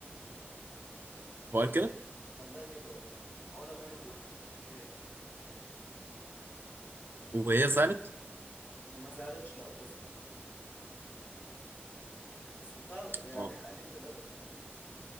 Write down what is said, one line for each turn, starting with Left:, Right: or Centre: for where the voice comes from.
Right: هو قال كده
Left: قال لها كده اه علا غانم اللي حكت الحكاية دي
Right: وهي زعلت
Left: انا ما زعلتش لا اتبسطت اصل فعلا يعني
Right: اه
Left: إيه قليلة الادب